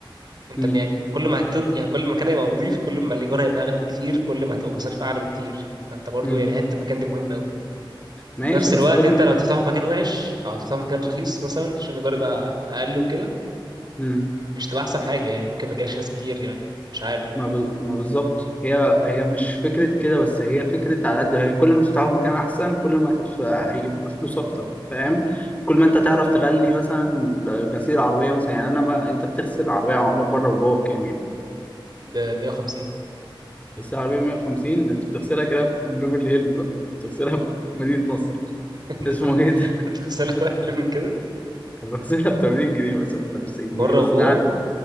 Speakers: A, on the right (about 55°); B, on the left (about 15°).
A: انت
B: مم.
A: يعني كل ما هتن... يعني كل ما المكان هيبقى نظيف كل ما الايجار هيبقى اغلى بكتير كل ما هتبقى مصاريف اعلى بكتير فانت برضو
B: مم.
A: يعني حته المكان دي مهمه قوي
B: ماشي
A: في نفس
B: بس
A: الوقت
B: كل
A: انت
B: ما
A: لو تفتحه في مكان وحش او تفتحه في مكان رخيص مثلا عشان الايجار يبقى اقل وكده
B: اه
A: مش تبقى احسن حاجه يعني ممكن ما يجيلكش ناس كتير يعني مش عارف
B: ما ب... ما بالظبط هي هي مش فكرة كده بس هي فكرة على قد هي كل ما تفتحه في مكان أحسن كل ما هتف... هيبقى فلوس أكتر فاهم كل ما أنت تعرف تغلي مثلا غسيل عربية مثلا يعني أنا ما أنت بتغسل عربية يا عمر بره وجوه بكام يعني
A: ب 150
B: غسيل عربية 150 ده أنت بتغسلها كده في بيفرلي هيلز بقى بتغسلها في مدينة نصر
A: <laughs>
B: اسمه إيه ده؟
A: تغسلها اقل من كده
B: <laughs> بغسلها ب 80 جنيه مثلا ولا ب 90
A: بره
B: جنيه بس
A: وجوه
B: ده عن